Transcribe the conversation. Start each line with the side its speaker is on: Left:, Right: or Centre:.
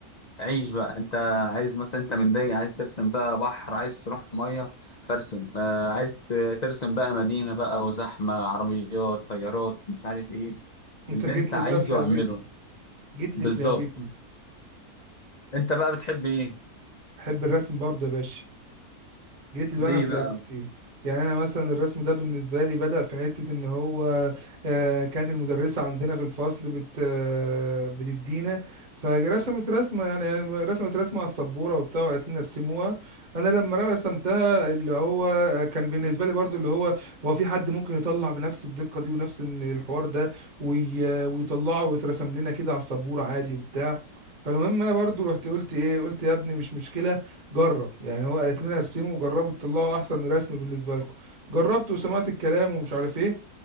Left: عيش بقى انت عايز مثلا انت متضايق عايز ترسم بقى بحر عايز تروح ميه فارسم آه عايز ت- ترسم بقى مدينه بقى وزحمه عربيات طيارات مش عارف ايه
Right: انت
Left: اللي
Right: جيت
Left: انت
Right: لي
Left: عايزه
Right: بقى في لعبتي
Left: اعمله
Right: جيت لي
Left: بالظبط
Right: في لعبتي
Left: انت بقى بتحب ايه
Right: بحب الرسم برضه يا باشا جيت لي
Left: ليه
Right: انا في
Left: بقى
Right: لعبتي يعني انا مثلا الرسم ده بالنسبه لي بدأ في حته ان هو آه، كانت المدرسه عندنا في الفصل بت آه، بتدينا فرسمت رسمه يعني رسمت رسمه على السبوره وبتاع وقالت لنا ارسموها انا لما انا رسمتها اللي هو آه، كان بالنسبه لي برضو اللي هو هو في حد ممكن يطلع بنفس الدقه دي ونفس إن الحوار ده وي- آه، ويطلعه ويترسم لنا كده على السبوره عادي وبتاع فالمهم انا برضو رحت قلت ايه قلت يا ابني مش مشكله جرب يعني هو قالت لنا ارسموا وجربوا تطلعوا احسن رسم بالنسبه لكم جربت وسمعت الكلام ومش عارف ايه